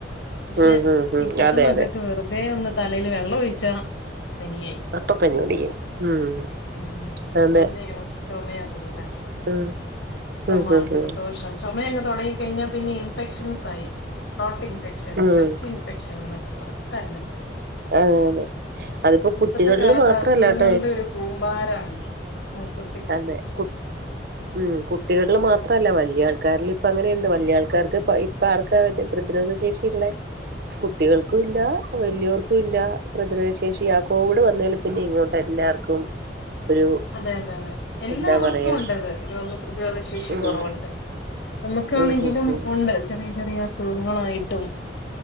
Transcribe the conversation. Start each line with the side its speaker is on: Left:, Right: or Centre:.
Left: പക്ഷെ
Right: ഉം ഉം ഉം
Left: ഇപ്പത്തെ
Right: അതെ
Left: മക്കക്ക്
Right: അതെ
Left: വെറ്തെ ഒന്ന് തലേല് വെള്ള ഒഴിച്ചാ പനിയായി
Right: അപ്പ പനി പിടിക്കും ഉം
Left: ഉം
Right: അതെ
Left: ചൊമയോ ചൊമയു അത്പോലെന്നെ
Right: ഉം
Left: ചൊമാ,
Right: ഉം ഉം
Left: ജലദോഷം
Right: ഉം
Left: ചൊമ യങ്ങ് തൊടങ്ങി കഴിഞ്ഞാ പിന്നെ ഇൻഫെക്ഷൻസായി തോട്ടിൻഫെക്ഷൻ
Right: ഉം
Left: ചെസ്റ്റ്ൻ ഫെക്ഷൻ ന്നൊക്കെ പറഞ്ഞ്ട്ടങ്ങനെ
Right: അങ്ങനെ അതിപ്പോ കുട്ടികളില്
Left: ഇപ്പത്തെ കാലത്ത്
Right: മാത്രല്ലാട്ടോ
Left: അസുഖങ്ങളുടെ ഒരു കൂമ്പാരാണ് മൊത്ത
Right: അതെ കു ഉം കുട്ടികൾള് മാ ത്രല്ല വല്ല്യാൾക്കാരിലിപ്പങ്ങനെയിണ്ട് വല്യാൾക്കാർക്ക്പ്പ ഇപ്പർക്കാ വെല്യ പ്രതിരോധ ശേഷിള്ളേ? കുട്ടികൾക്കുല്ല വല്യോർക്കുല്ല പ്രതിരോധ ശേഷി ആ കോവിഡ് വന്നേല് പിന്നെയിങ്ങോട്ട് എല്ലാർക്കും ഒരു
Left: അതെ യതെ യതെ എല്ലാവർക്കും
Right: എന്താ പറയാ
Left: ഉണ്ടത് രോഗപ്രതിരോധ ശേഷി
Right: ഉം
Left: കൊറവ്ണ്ട്. നമ്മക്കാണെങ്കിലും
Right: ഉം ഉം ഉം
Left: ഉണ്ട് ചെറിയ ചെറിയ അസുഖങ്ങളായിട്ടും